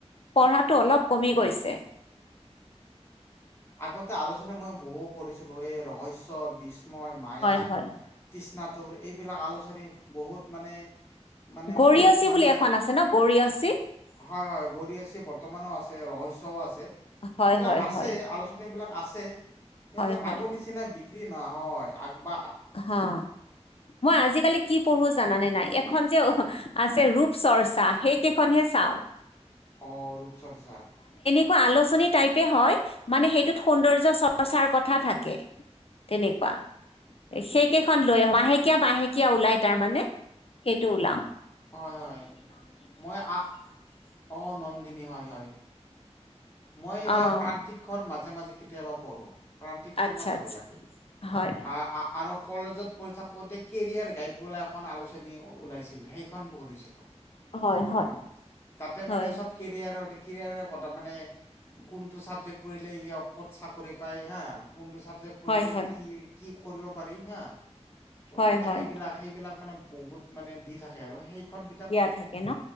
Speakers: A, on the left; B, on the left.
A: পঢ়াতটো অলপ কমি গৈছে।
B: আগতে আগত আলোচনী মই বহু পঢ়িছিলো এই ৰহস্য় বিশ। মই মায়া
A: হয় হয়
B: কৃষ্ণাটুৰ এইবিলাক আলোচনী বহুত মানে। মানে
A: গৰয়চী
B: বহুত মানে
A: বুলি এখন আছে ন গৰয়চী।
B: হয় - হয় গৰি আচি বৰ্তমানও আছে ৰষ্টও আছে।
A: হয়
B: এইবিলাক
A: হয়
B: আছে
A: হয়
B: আলোচনী বিলাক আছে কিন্তু
A: হয় হয়
B: আগৰ নিচিনা। চ্ৰী ন হয় আগব।
A: হা মই আজিকালি কি পঢ়ো জানানে নাই এখন যে আছে ৰূপ খুব চৰ্চা সেইকেইখনহে চাও।
B: অ', ৰূপ চৰ্চা।
A: সো আলোচনী টাইপে হয় মানে সেইটোত সৌন্দৰ্য্য চৰ্চাৰ কথা থাকে। তেনেকুৱা। সেই কেইখন লৈ আহো মাহেকীয়া বাহেকীয়া ওলাই তাৰ মানে সেইটো ওলাও।
B: হয় - হয় মই আ অ নন্দিনী হয়। মই এই
A: অঁ
B: প্ৰান্তিকখন মাজে - মাজে কেতিয়াবা পঢ়ো। প্ৰণ্তিক্ষন
A: আচ্ছা
B: মোৰ ভাল
A: আচ্ছা
B: লাগে
A: হয়
B: আহ। আৰু কলেজত পঢ়ি থাকোতে কেৰিয়াৰ গাইড বোলে এখন আলোচনী ওলাইছিল সেইখন পঢ়িছিলো। উম,
A: হয় হয়
B: তাতে
A: হয়
B: মানে চব কেৰিয়াৰৰ - কেৰিয়াৰৰ কথা মানে। কোনটো চাবজেক্ট পঢ়িলে ই অত চাকৰি পায় হা কোনটো চাবজেক্ট পঢ়িলে
A: হয় হয়
B: কি - কি কৰিব পাৰি হা
A: হয়
B: মানে
A: হয়
B: সেইবিলাক সেইবিলাক মানে বহুত মানে দি থাকে আৰু সেই। খন কিতাপ
A: দিয়া থাকে ন